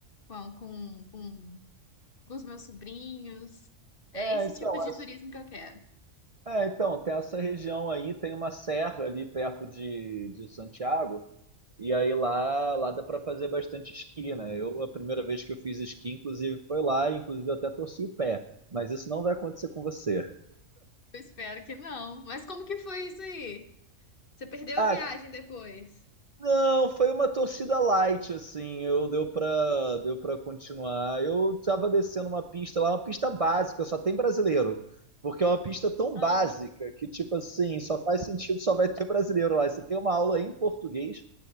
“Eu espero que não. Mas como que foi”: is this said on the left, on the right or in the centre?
Left